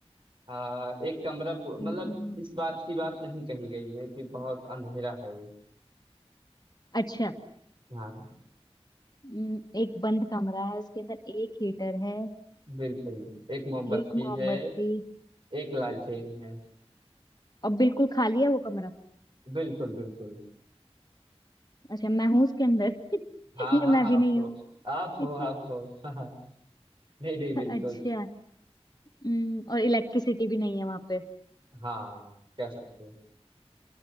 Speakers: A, on the right (about 50°); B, on the left (about 40°).
A: हाँ एक कमरा पू- मतलब
B: हम्म,
A: इस बात की बात नहीं कही गई है कि बहुत अंधेरा है वो
B: अच्छा
A: हाँ
B: हम्म, एक बंद कमरा है उसके अंदर एक हीटर है
A: बिल्कुल एक मोमबत्ती
B: एक मोमबत्ती
A: है एक लालटेन है
B: और बिल्कुल खाली है वो कमरा
A: बिल्कुल बिल्कुल
B: अच्छा मैं हूँ उसके अंदर <laughs>
A: हाँ
B: या
A: हाँ
B: मैं भी
A: आप
B: नहीं
A: हो
B: हूँ
A: आप हो आप
B: <laughs>
A: हो <laughs> हाँ नहीं नहीं बिल्कुल
B: अच्छा हम्म, और इलेक्ट्रिसिटी भी नहीं है वहां पे
A: हाँ कह सकते हो